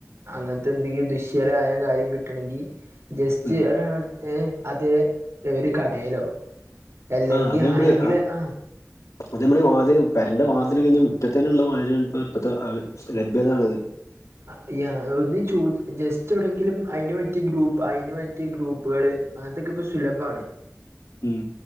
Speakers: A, on the right (about 60°); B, on the left (about 80°).
A: അങ്ങനതന്തെങ്കിലും ദിശ്യാരായ കാര്യം കിട്ടണെങ്കിൽ ജെ സ്റ്റ്
B: ഉം
A: ഒരാടു ഏ അതേ ഒരു കടേലോ അല്ലെങ്കി
B: ആ അത് നമ്മള്
A: ആരെങ്കിലും ആ
B: അത് നമ്മള് വാതിലും പെരന്റെ വാതില് കഴിഞ്ഞ് മുറ്റത്ത നുള്ള വാതിലാണ് പ്പ ഇപ്പതേ അഹ് ലഭ്യതാണത്
A: ആ യാ ഒന്ന് ചോയ് ജസ്റ്റ് എവിടെങ്കിലും അയിനു പറ്റിയ ഗ്രൂപ്പ് അയിനു പറ്റിയ ഗ്രൂപ്പുകള് അങ്ങട്ട്ക്ക്പ്പം സുലഭാണ്
B: ഉം